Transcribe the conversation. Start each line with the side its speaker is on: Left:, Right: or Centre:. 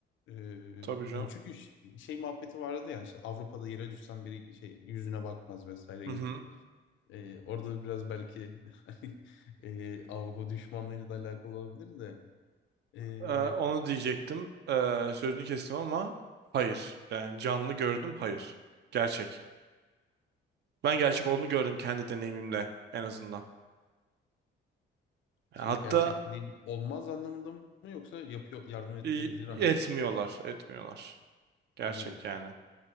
Left: E,
Right: Tabii canım.
Left: hani çünkü ş- şey muhabbeti vardı ya işte Avrupa'da yere düşsen biri şey yüzüne bakmaz vesaire
Right: Hı
Left: gibi.
Right: hı.
Left: Ee, orada biraz belki <laughs> hani, ee, Avrupa düşmanlığıyla da alakalı olabilir de ee,
Right: Ee, onu diyecektim. Ee, sözünü kestim ama hayır. Yani canlı gördüm hayır. Gerçek. Ben gerçek olduğunu gördüm kendi deneyimimle en azından. Yani
Left: şey
Right: hatta
Left: gerçekliğin olmaz anlamında mı yoksa yapıyor yardım ed-
Right: e,
Left: edilir
Right: etmiyorlar
Left: anlamında.
Right: etmiyorlar. Gerçek
Left: Anladım.
Right: yani.